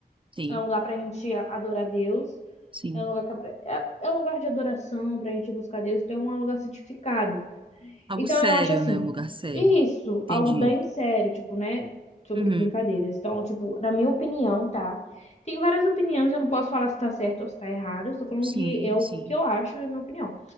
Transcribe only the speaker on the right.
sim,
sim.
Algo
sério,
né? Um lugar sério.
Entendi.
Uhum.
Sim,
sim.